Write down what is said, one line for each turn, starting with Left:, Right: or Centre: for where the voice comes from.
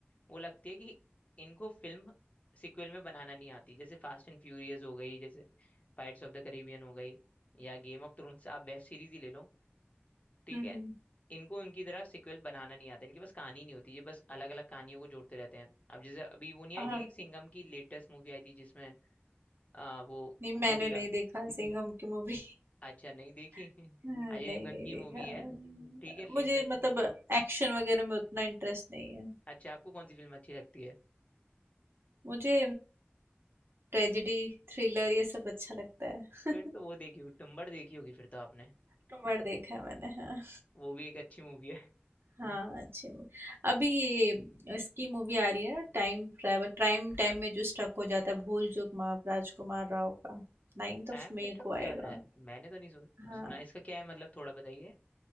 Left: वो लगती है कि इनको फिल्म सिक्वल में बनाना नहीं आती जैसे फास्ट एंड फ्यूरियस हो गई जैसे पायरेट्स ऑफ द करेबियन हो गई या गेम ऑफ थ्रोन्स आप वेब सीरीज ही ले लो ठीक
Right: हम्म,
Left: है
Right: हम्म।
Left: इनको उनकी तरह सिक्वल बनाना नहीं आता इनके पास कहानी नहीं होती ये बस अलग अलग कहानियों को जोड़ते रहते हैं अब जैसे अभी वो नहीं आई
Right: हाँ
Left: थी एक सिंघम की लेटेस्ट मूवी आई थी जिसमें आ, वो
Right: नहीं मैंने
Left: दीपिका
Right: नहीं देखा सिंघम की मूवी
Left: अच्छा नहीं देखी <laughs>
Right: <laughs> नहीं
Left: अजय देवगन
Right: नहीं
Left: की
Right: देखा
Left: मूवी है
Right: हम्म,
Left: ठीक है लेटेस्ट
Right: मुझे मतलब एक्शन वगैरह में उतना इंटरेस्ट नहीं है
Left: अच्छा आपको कौन सी फिल्म अच्छी लगती है
Right: मुझे ट्रेजेडी थ्रिलर ये सब अच्छा लगता है
Left: फिर तो वो देखी होगी तुम्बाड़ देखी होगी फिर तो आपने
Right: <laughs> मर्ड देखा है मैंने हाँ
Left: वो भी एक अच्छी मूवी है
Right: हाँ अच्छी मूवी अभी ये इसकी मूवी आ रही है ना टाइम ट्रैवल प्राइम टाइम में जो स्टक हो जाता है भूल चूक माफ राजकुमार राव का नाइन्थ
Left: टाइम
Right: ऑफ मई
Left: में स्टक
Right: को
Left: हो
Right: आएगा
Left: जाता है मैंने तो नहीं सु,
Right: हाँ
Left: सुना इसका क्या है मतलब थोड़ा बताइए